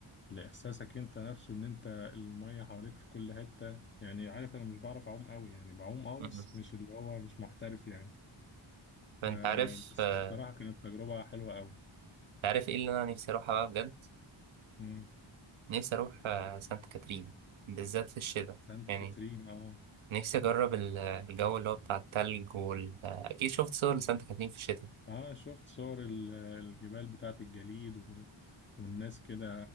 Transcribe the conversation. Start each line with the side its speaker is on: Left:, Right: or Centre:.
Left: لإحساسك أنت نفسه إن أنت المية حواليك في كل حتة يعني عارف أنا مش بعرف أعوم قوي يعني بعوم أه
Right: مم.
Left: بس مش اللي هو مش محترف يعني
Right: فأنت
Left: آه
Right: عارف
Left: بس
Right: آه،
Left: بصراحة كانت تجربة حلوة قوي
Right: أنت عارف إيه اللي أنا نفسي أروحها بقى بجد
Left: مم.
Right: نفسي أروح آه، سانت كاترين بالذات في الشتاء
Left: سانت
Right: يعني
Left: كاترين أه
Right: نفسي أجرب ال- الجو اللي هو بتاع التلج وال آه، أكيد شفت صور لسانت كاترين في الشتاء
Left: اه شفت صور ال- الجبال بتاعت الجليد وال... والناس كده